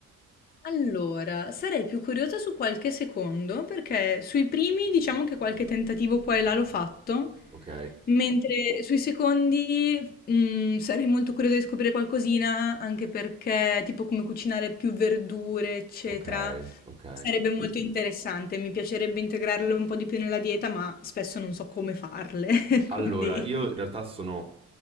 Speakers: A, on the left; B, on the right.
A: Allora, sarei più curiosa su qualche secondo, perché sui primi diciamo che qualche tentativo qua e là l'ho fatto,
B: Ok,
A: mentre sui secondi mm, sarei molto curiosa di scoprire qualcosina, anche perché tipo come cucinare più verdure, eccetera,
B: ok, ok.
A: sarebbe molto interessante. Mi piacerebbe integrarlo un po' di più nella dieta, ma spesso non so come farle, <laughs>
B: Allora,
A: quindi...
B: io in realtà sono